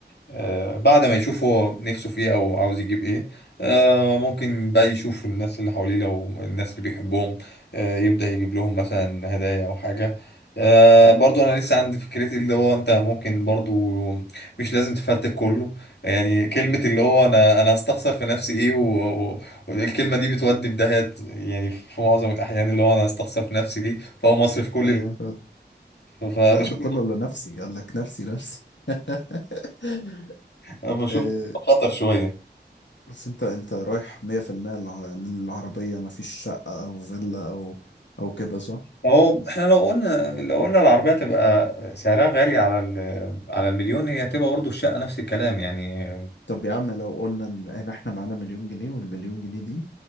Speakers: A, on the left; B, on the left.
A: آه، بعد ما يشوف هو نفسه في ايه او عاوز يجيب ايه آه، ممكن بقى يشوف الناس اللي حواليه لو الناس اللي بيحبهم آه، يبدأ يجيب لهم مثلا هدايا او حاجة آه، برضو انا لسه عندي فكرتي اللي هو انت ممكن برضو مش لازم تفرتك كله يعني كلمة اللي هو انا انا هستخسر في نفسي ايه و- و- والكلمة دي بتودي في داهية يعني في معظم الاحيان اللي هو انا هستخسر في نفسي دي فهو مصرف كل
B: أيوة
A: ف- فبشوف
B: لا ده كله لنفسي قال لك نفسي نفسي <laughs>
A: بشوف
B: آه.
A: خطر شوية
B: بس انت انت رايح 100% الع- للعربية مفيش شقة او فيلا او او كده صح؟
A: هو احنا لو قلنا لو قلنا العربية تبقى سعرها غالي على ال- على المليون هي هتبقى برضه الشقة نفس الكلام يعني
B: طب يا عم لو قلنا ان هنا احنا معانا مليون جنيه والمليون جنيه دي